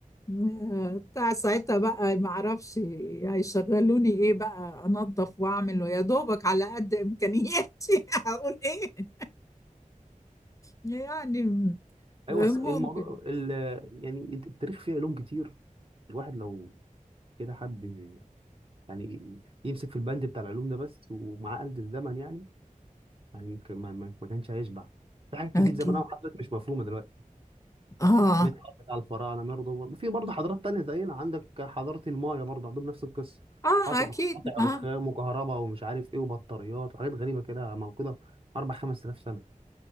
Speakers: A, on the left; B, on the right.
A: م- بتاع ساعتها بقى ما اعرفش هيشغلوني ايه بقى انظف واعمل ويا دوبك على قد امكانياتي <laughs> هقول ايه يعني م-
B: ايوه
A: ممكن
B: الص- الموضوع ال- يعني التاريخ فيه علوم كتير الواحد لو كده حب يعني يمسك في البند بتاع العلوم ده بس ومع آلة الزمن يعني يعني يمكن ما, ما, ما كانش هيشبع في حاجات كتير
A: اكيد
B: زمان قوي حصلت مش مفهومه دلوقتي
A: اه
B: منها بتاع الفراعنه برضه وفي برضه حضارات تانية زينا عندك حضاره المايا برضه عندهم نفس القصه
A: اه
B: قطع
A: اكيد
B: قطع
A: اه,
B: رخام وكهرباء ومش عارف ايه وبطاريات وحاجات غريبه كده موجوده اربع خمس آلاف سنه